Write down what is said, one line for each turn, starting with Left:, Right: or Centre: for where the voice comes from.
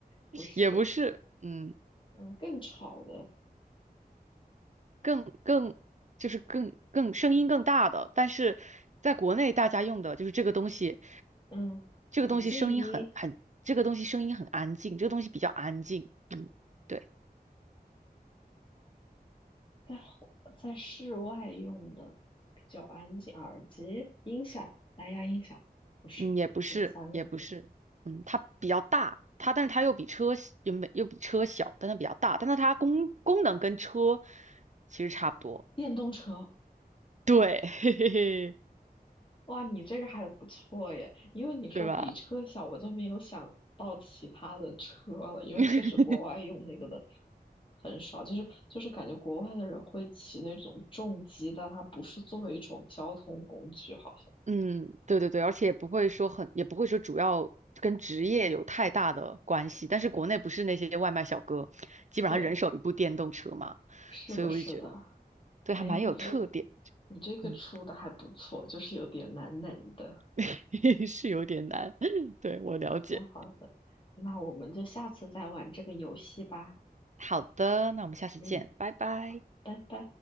Left: 不是，
Right: 也不是，嗯。
Left: 嗯，更吵的，
Right: 更更就是更更声音更大的，但是在国内大家用的就是这个东西，
Left: 嗯，
Right: 这个东西声音很很，
Left: 很静音，
Right: 这个东西声音很安静，这个东西比较安静，嗯，对，
Left: 在户在室外用的比较安静，耳机、音响、蓝牙音响，不是，
Right: 嗯，也不是也不是，
Left: 不是三个字。
Right: 嗯，它比较大，它但是它又比车小又没又比车小，但它比较大，但是它功功能跟车其实差不多，
Left: 电动车，
Right: 对，<laughs> 嘿嘿嘿，
Left: 哇，你这个还不错耶，因为你说比车小，
Right: 对吧？
Left: 我就没有想到其他的车了，因为确实国外用那个的
Right: <laughs>
Left: 很少，就是就是感觉国外的人会骑那种重机，但它不是作为一种交通工具，好像。
Right: 嗯，对对对，而且也不会说很，也不会说主要跟职业有太大的关系。但是国内不是那些外卖小哥，基本上人手一部电动车嘛，
Left: 对，是的，
Right: 所以我就觉得
Left: 是的。
Right: 对，
Left: 哎，
Right: 还蛮有特点。
Left: 你这个你这个出的还不错，
Right: 嗯，
Left: 就是有点难难的。
Right: <laughs> 是有点难，<laughs> 对，我了解。
Left: 好的，好的，那我们就下次再玩这个游戏吧。
Right: 好的，那我们下次见，
Left: 嗯，
Right: 拜拜。
Left: 拜拜。